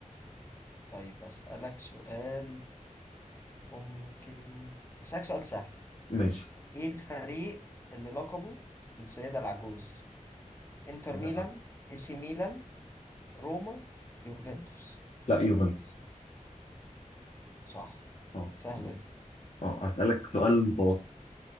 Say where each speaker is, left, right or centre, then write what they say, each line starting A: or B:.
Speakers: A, on the left; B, on the left.
A: طيب أسألك سؤال ممكن أسألك سؤال سهل
B: ماشي
A: ايه الفريق اللي لقبه السيدة العجوز انتر
B: السيدة
A: ميلان
B: معكوس
A: اي سي ميلان روما يوفنتوس
B: لا يوفنتوس
A: صح
B: اه
A: سهلة
B: مظبوط
A: دي
B: اه هسألك سؤال متوسط